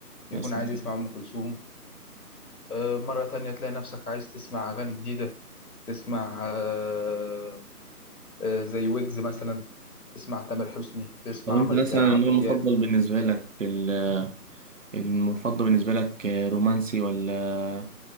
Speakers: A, on the left; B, on the right.
A: يكون
B: يا سلام.
A: عايز يسمع ام كلثوم آه، مره تانية تلاقي نفسك عايز تسمع اغاني جديده تسمع آه، آه، زي ويجز مثلا تسمع تامر حسني تسمع
B: طب انت
A: عمرو
B: مثلا
A: ده- عمرو
B: النوع
A: دياب
B: المفضل بالنسبة لك ال- المفضل بالنسبة لك رومانسي ولا